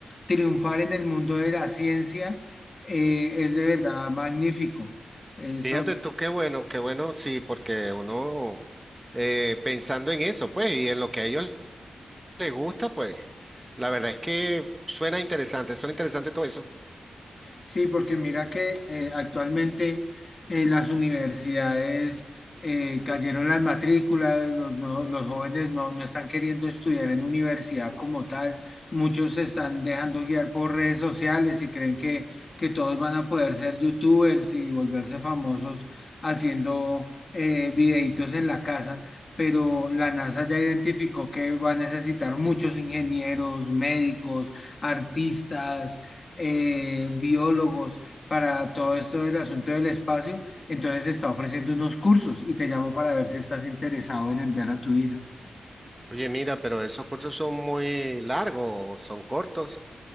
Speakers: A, on the left; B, on the right.
A: triunfar en el mundo de la ciencia eh, es de verdad magnífico. Eh, sobre
B: Fíjate tú qué bueno, qué bueno, sí, porque uno eh, pensando en eso, pues, y en lo que a ellos les gusta, pues, la verdad es que suena interesante, suena interesante todo eso.
A: Sí, porque mira que eh, actualmente eh, las universidades eh, cayeron las matrículas, los, nuevos- los jóvenes no, no están queriendo estudiar en universidad como tal, muchos se están dejando guiar por redes sociales y creen que, que todos van a poder ser youtubers y volverse famosos haciendo eh, videitos en la casa. Pero la NASA ya identificó que va a necesitar muchos ingenieros, médicos, artistas, eh, biólogos para todo esto del asunto del espacio, entonces está ofreciendo unos cursos y te llamo para ver si estás interesado en enviar a tu hija.
B: Oye, mira, pero esos cursos son muy largos, son cortos.